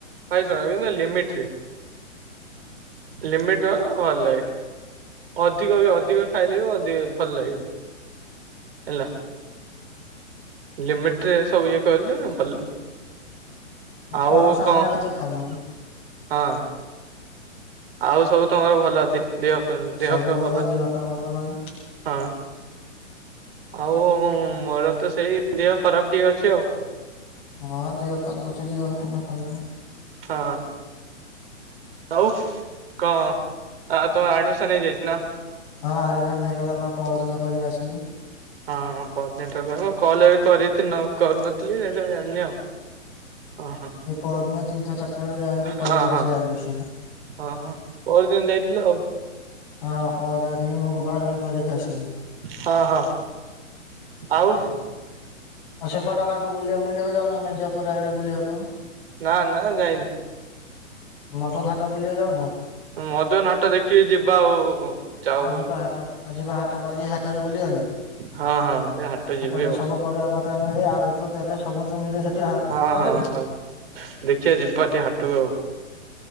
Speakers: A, on the right (about 45°); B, on the left (about 35°).
A: ଭାଇ ଶୁଣ ଲିମିଟରେ। ଲିମିଟର ଭଲ ଲାଗେ। ଅଧିକ ବି ଅଧିକ ଖାଇଲେ ବି ଅଦି ଭଲ ଲାଗନି। ହେଲା, ଲିମିଟରେ ସବୁ ଇଏ କିରିଲେ ଭଲ। ଆଉ
B: ପଣସ
A: କଣ
B: ଆମେ ଏତେ
A: ହଁ।
B: ଖାଉନୁ
A: ଆଉ ସବୁ ତମର ଭଲ ଦେ ଦେହ ଫିଅ ଦେହ
B: ସବୁ
A: ଫିଅ ଭଲ ଅଛି?
B: ଦେହ ହାତ ଭଲ ଭାଇ
A: ହଁ। ଆଉ ମୋର ତ ସେଇ ଦେହ ଖରାପ ଟିକେ ଅଛି ଆଉ
B: ହଁ ଦିଅ ଖରାପ ଅଛି ଯାଉଥିଲେ ଫଲେ
A: ହଁ। ଆଉ କଣ ଅ ତମ ଆଡମିସନ ହେଇ ଯାଇଛି ନା?
B: ହଁ ଆଡମିସନ ହେଇଗଲା ପା ପରଦିନ କରିକି ଆସିଲି।
A: ହଁ ବଦିନଟ ମୁଁ କଲ ଏ କରିଥିଲ କରିୁନଥିଲି ଏବେ ଜାଣିନି ଆଉ ହଁ
B: ଏ ପରଦିନ ତିନ ଟା ଚାର ତାହେଲେ ଯାଇକି କରିକି
A: ହଁ
B: ଆସିବି
A: ହଁ
B: ଆଡ଼ମିସନ।
A: ଓହୋ ପରଦିନ ଯାଇଥିଲ ଆଉ
B: ହଁ ପହର ଦିନଥିଲି ମୁଁ ଗୋପାର ଦିନ କରିକି ଆସିଲି।
A: ହଁ ହଁ ଆଉ?
B: ଆଉ ସେପଟ ଗାଁକୁ ବୁଲିବା ମୁଲିବାକୁ ଯାଉନ ମ ମିର୍ଜାପୁର ଆଡେ ବୁଲିବାକୁ।
A: ନା ନା ଯାଇନି।
B: ମଦନ ହାଟ ବୁଲିବାକୁ ଯାଉନ?
A: ମଦନ ହାଟ ଦେଖିକି ଯିବା ଆଉ ଯାଉ
B: ଆଜିିବା ହାଟ, ଆଜିିବା ହାଟ ବାର ହାଟରେ ବୁଲିିବାନି।
A: ହଁ ହଁ ସେ ହାଟ
B: ହଠାତ
A: ଯିବି ଆଉ
B: ସବୁ ପରିବା କ ତ ମିଳେ ଆଳୁଟୁ ପିଆଜ ସବୁ ତ ମିଳେ ସେଠି ହାଟରେ।
A: ହଁ ହଁ ହଁ ଦେଖିବା ଯିବା ଟିକେ ହାଟକୁ ଆଉ